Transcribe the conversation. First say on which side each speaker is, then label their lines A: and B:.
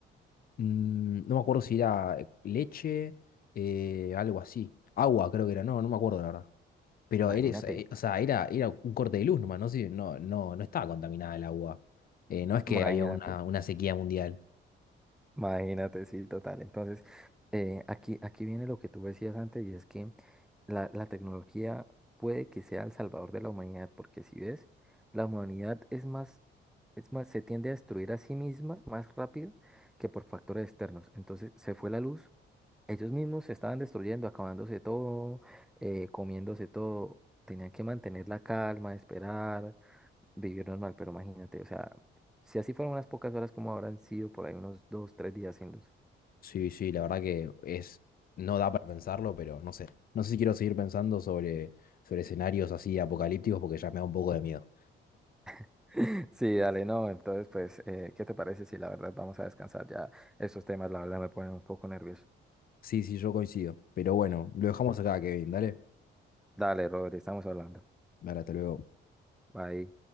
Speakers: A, on the left; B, in the centre.
A: mm, no me acuerdo si era eh, leche, eh, algo así. Agua creo que era, no, no me acuerdo la verdad. Pero
B: imagínate.
A: eres, eh, o sea, era, era un corte de luz nomás, no sé, no, no, no estaba contaminada el agua. Eh, no es que
B: imagínate.
A: había una, una sequía mundial.
B: Imagínate, sí, total. Entonces, eh, aquí, aquí viene lo que tú decías antes y es que la, la tecnología puede que sea el salvador de la humanidad, porque si ves, la humanidad es más, es más, se tiende a destruir a sí misma más rápido que por factores externos. Entonces, se fue la luz, ellos mismos se estaban destruyendo, acabándose todo, eh, comiéndose todo. Tenían que mantener la calma, esperar vivir normal, pero imagínate, o sea, si así fueron unas pocas horas, como habrán sido por ahí unos dos, tres días sin luz?
A: Sí, sí, la verdad que es, no da para pensarlo, pero no sé. No sé si quiero seguir pensando sobre, sobre escenarios así apocalípticos porque ya me da un poco de miedo.
B: <laughs> Sí, dale, no, entonces pues, eh, ¿qué te parece si la verdad vamos a descansar ya? Estos temas, la verdad, me ponen un poco nervioso.
A: Sí, sí, yo coincido. Pero bueno, lo dejamos acá, Kevin. Dale.
B: Dale, Rodri, estamos hablando.
A: Dale, hasta luego.
B: Bye.